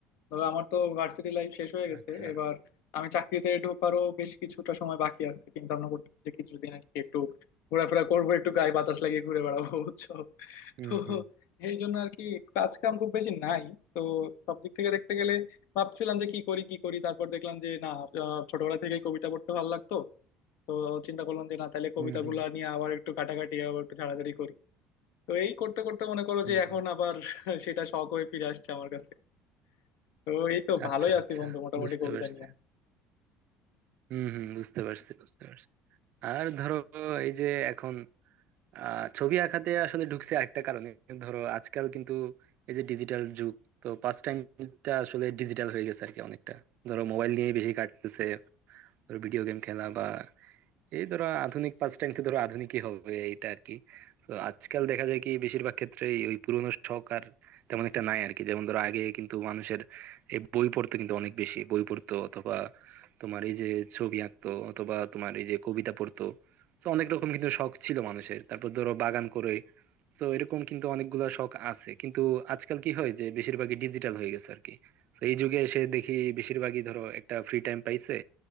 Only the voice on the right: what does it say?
আচ্ছা
হুম
হুম
হুম হুম
হুম
হুম।
আচ্ছা
আচ্ছা
বুঝতে
পারছি
হম হম বুঝতে পারছি বুঝতে পারছি আর ধরো এই যে এখন আহ ছবি আঁকাতে আসলে ঢুকছে আরেকটা কারণে ধরো আজকাল কিন্তু এই যে ডিজিটাল যুগ তো পাস টাইমটা আসলে ডিজিটাল হয়ে গেছে আর কি অনেকটা ধরো মোবাইল নিয়ে বেশি কাটতেছে ধরো ভিডিও গেম খেলা বা এই ধরো আধুনিক পাঁচ টাইমতে ধরো আধুনিকই হবে এটা আর কি তো আজকাল দেখা যায় কি বেশিরভাগ ক্ষেত্রে ওই পুরোনো শখ আর তেমন একটা নাই আর কি যেমন ধরো আগে কিন্তু মানুষের এই বই পড়তো কিন্তু অনেক বেশি বই পড়তো অথবা তোমার এই যে ছবি আঁকতো অথবা তোমার এই যে কবিতা পড়তো তো অনেক রকম কিন্তু শখ ছিল মানুষের তারপর ধরো বাগান করে তো এরকম কিন্তু অনেকগুলা শখ আছে কিন্তু আজকাল কি হয় যে বেশিরভাগই ডিজিটাল হয়ে গেছে আর কি তো এই যুগে এসে দেখি বেশিরভাগই ধরো একটা ফ্রি টাইম পাইছে